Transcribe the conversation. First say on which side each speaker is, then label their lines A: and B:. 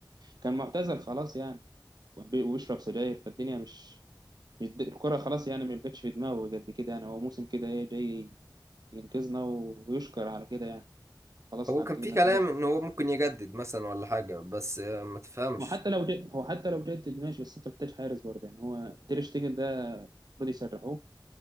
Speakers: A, on the right; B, on the right.
A: كان معتزل خلاص يعني وبي- وبيشرب سجاير فالدنيا مش مش د- الكرة خلاص يعني ما بقتش في دماغه قد كده يعني هو موسم كده ايه جاي ينقذنا ويشكر على كده يعني خلاص
B: هو
A: حققنا
B: كان في كلام
A: هدف
B: ان هو ممكن يجدد مثلا ولا حاجة بس آه، ما تفهمش
A: وحتى لو جد هو حتى لو جدد ماشي بس انت محتاج حارس برضه يعني هو تير شتيجن ده المفروض يسرحوه